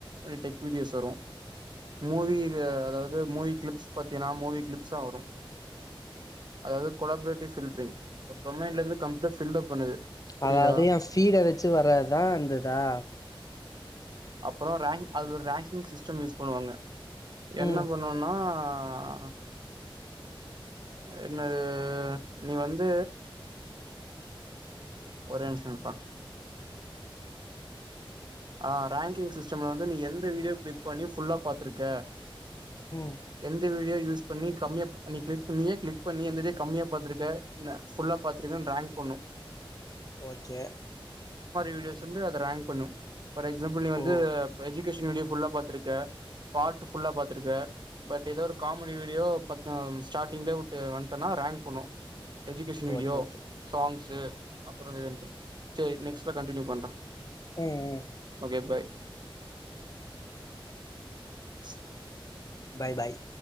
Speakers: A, on the right (about 50°); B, on the left (about 40°).
A: டெக் வீடியோஸ் வரோ மூவி அதாவது மூவி கிளிப்ஸ் பாத்தீயனா மூவி கிளிப்ஸ்சா வரோ அதாவது கொலாபரேட்டிவ் ஃபில்ட்ரிங் டொமைன்ல இருந்து கம்ப்ளீட்டா ஃபில்லப் பண்ணுது புரியுதா
B: அதாது எ ஃபீட் த வெச்சு வரதுதா அந்த இதா
A: அப்பறோ ரேங்க் அதுல ஒரு ரேங்கிங் சிஸ்டம் யூஸ் பண்ணுவாங்க என்ன
B: ம்
A: பண்ணுன்னா ஆஹ் என்னது நீ வந்து ஒரே நிம்சம்பா ஆஹ் ரேங்கிங் சிஸ்டம்ல வந்து நீ எந்த வீடியோ கிளிக் பண்ணி ஃபுல்லா பாத்துருக்க
B: ம்
A: எந்த வீடியோ யூஸ் பண்ணி கமியாப் நீ க்ளிப் நீயே கிளிக் பண்ணி எந்த வீடியோ கம்மியா பாத்துருக்க ந ஃபுல்லா பாத்துருக்கனு ரேங்க் பண்ணனு
B: ஓகே
A: வீடியோஸுந்து அது ரேங்க் பண்ணு ஃபார் எக்ஸாம்புல் நீ வந்து
B: ஓ
A: எஜிகேஷன் வீடியோ ஃபுல்லா பாத்துருக்க பாட்டு ஃபுல்லா பாத்துருக்க பட் ஏதோ ஒரு காமெடி வீடியோ பத்து ஸ்டாட்டிங்லே உட்டு வந்ட்டனா ரேங்க் பண்ணு education video
B: okay okay
A: songs அப்புறொ இதுன்ட்டு செரி நெக்ஸ்ட்ல கண்டின்யூ பண்றே
B: ம் ம்
A: ஓகே பாய் <inaudible>
B: பாய் பாய்